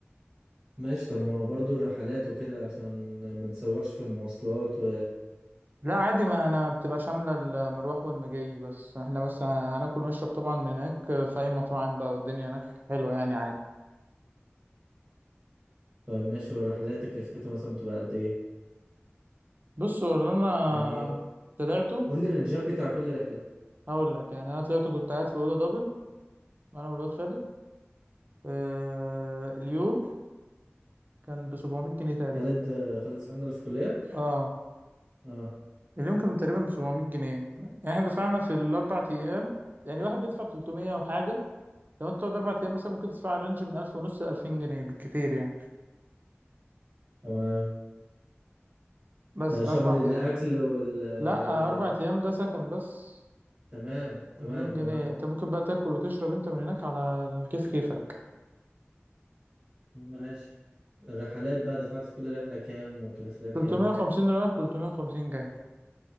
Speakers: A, on the right; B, on the right.
A: ماشي طب ما هو برضه الرحلات وكده عشان ما نتسوحش في المواصلات و
B: لا عادي ما انا بتبقى شامله المروح والمجي بس احنا بس هناكل ونشرب طبعا من هناك في اي مطاعم بقى والدنيا هناك حلوه يعني عادي
A: طيب ماشي والرحلات تكلفتها مثلا بتبقى قد ايه
B: بص هو اللي انا
A: يعني
B: طلعته
A: قول لي الرنجات بتاع كل رحلة
B: هقول لك يعني انا طلعت كنت قاعد في اوضه دبل انا والواد خالد آه اليوم كان ب 700 جنيه تقريبا
A: خالد خالد صاحبنا اللي في الكلية
B: اه
A: اه
B: اليوم كان تقريبا ب 700 جنيه يعني احنا دفعنا في الاربع ايام يعني واحد بيدفع 300 وحاجه لو انت تقعد اربع ايام مثلا ممكن تدفع رينج من 1000 ونص ل 2000 جنيه بالكتير يعني
A: تمام
B: بس
A: ده
B: ده
A: شامل
B: اربع
A: الأكل
B: ايام
A: وال
B: لا
A: وال
B: اربع ايام ده سكن بس
A: تمام تمام
B: 2000
A: تمام
B: جنيه انت ممكن بقى تاكل وتشرب انت من هناك على كيف كيفك
A: ماشي الرحلات بقى دفعت في كل رحلة كام وكلفتها كام
B: 350 رايح 350 جاي